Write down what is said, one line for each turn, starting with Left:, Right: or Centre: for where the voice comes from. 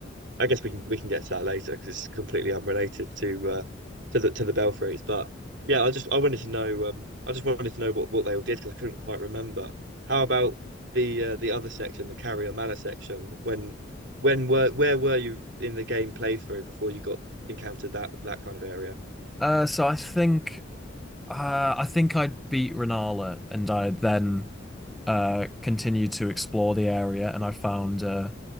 Right: I guess we can we can get to that later because it's completely unrelated to uh to the to the Belfries. But yeah, I just I wanted to know um I just wanted to know what what they all did because I couldn't quite remember. How about the uh, the other section, the Carrier Manor section? When when were where were you in the game playthrough before you got encountered that that kind of area?
Centre: Uh, so I think uh I think I beat Renala, and I then uh continued to explore the area, and I found uh